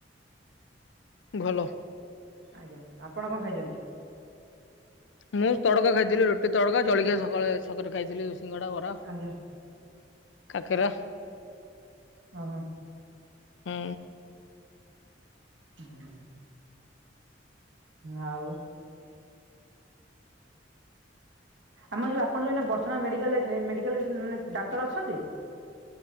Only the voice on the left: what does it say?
ଭଲ।
ମୁଁ ତଡକା ଖାଇଥିଲି ରୁଟି ତଡକା ଜଳଖିଆ ସକାଳେ ସକାଳେ ଖାଇଥିଲି ସିଙ୍ଗଡ଼ା ବରା
କାକେରା
ହୁଁ।